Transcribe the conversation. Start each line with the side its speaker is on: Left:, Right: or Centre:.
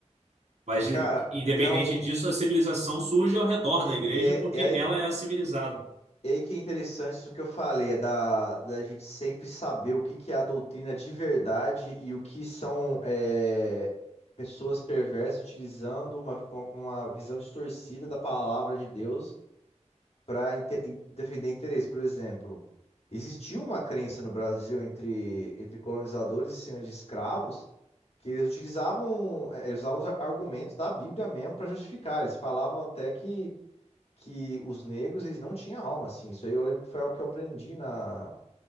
Right: Mas, de-
Left: cara,
Right: independente
Left: não
Right: disso, a civilização surge ao redor
Left: é,
Right: da igreja
Left: é
Right: porque
Left: é aí
Right: ela
Left: que
Right: é a civilizada.
Left: E aí que é interessante isso que eu falei, é da, da gente sempre saber o que, que é a doutrina de verdade e o que são é, pessoas perversas utilizando uma, uma uma visão distorcida da palavra de Deus para defender interesse. Por exemplo, existiu uma crença no Brasil entre, entre colonizadores e senhores de escravos que eles utilizavam, eh, eles usavam os ar- argumentos da Bíblia mesmo para justificar. Eles falavam até que que os negros, eles não tinham alma, assim. Isso aí eu lembro que foi algo que eu aprendi na,